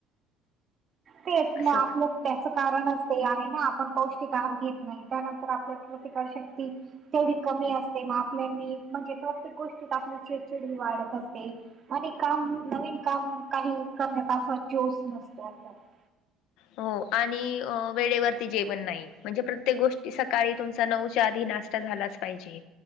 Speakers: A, on the right; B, on the left.
A: तेच
B: असं
A: आपलं त्याच कारणच ते आहे ना आपण पौष्टिक आहार घेत नाही त्यानंतर तर आपल्यात प्रतिकार शक्ती तेवढी कमी असते ना आपल्या म्हणजे प्रत्येक गोष्टीत आपली वाढत असते आणि काम नवीन काम काही करण्याचा अस जोश नसतो आपल्याला
B: हो आणि वेळेवरती जेवण नाही. म्हणजे प्रत्येक गोष्टी सकाळी तुमचा नऊच्या आधी नाश्ता झालाच पाहिजे